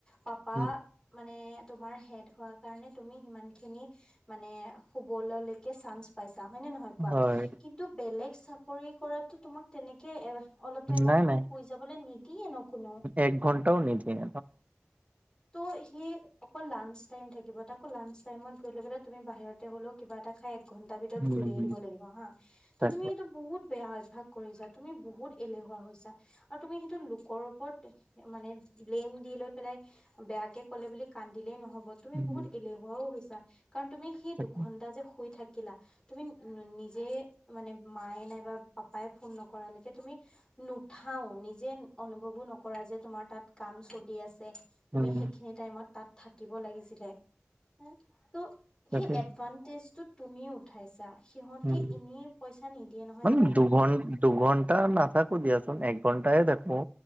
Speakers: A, on the left; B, on the right.
A: পাপা-
B: উম,
A: মানে তোমাৰ হেড হোৱা কাৰণে তুমি সিমান খিনি মানে শুবল কে চাঞ্চ পাইছা হয় নে নহয় কোৱা
B: হয়,
A: কিন্তু বেলেগ চাকৰি কৰাততো তোমাক তেনেকে এ অলপ টাইমৰ
B: নাই
A: কাৰণে
B: নাই
A: শুই যাবলে নিদিয়ে ন' কোনো।
B: এক ঘণ্টাও নিদিয়ে ন?
A: ত' সি অকল লাঞ্চ টাইম থাকিব তাকৌ লাঞ্চ টাইমত গৈ লৈ পেললে তুমি বাহিৰতে হলেও কিবা এটা খাই- ঘন্টা ভিতৰত
B: উম,
A: ঘূৰি আহিব
B: হম,
A: লাগিব হা, ত
B: তাকে
A: তুমি এইটো বহুত বেয়া অভ্যাস। কৰিছা তুমি বহুত এলেহুৱা হৈছা। আৰু তুমি সেইটো লোকৰ ওপৰত মানে ব্লেম দি লৈ পেলাই। বেয়াকে ক'লে বুলি কান্দিলেই নহব, তুমি
B: উম,
A: বহুত এলেহুৱাও হৈছা, কাৰণ তুমি- সেই
B: তাকে
A: দুঘন্টা যে শুই থাকে- কিলা, তুমি নিজে মানে মায়ে নাইবা পাপাইে ফোন নকৰালৈকে তুমি- নুঠাও, নিজে অনুভৱো নকৰা যে তোমাৰ তাত কাম চলি আছে- তুমি
B: উম,
A: সেইখিনি টাইমত তাত থাকিব লাগিছিলে, হ ত-
B: তাকে
A: সেই এডভানটেজ টো তুমি উঠাইছা। সিহঁতি
B: উম,
A: এনেই পইচা নিদিয়ে নহয়
B: মানে
A: জানা নাই
B: দুঘণ্টাৰ
A: তোমাক
B: দুঘণ্টা নথাকে- টো দিয়াচোন এক ঘন্টাইে দেখো।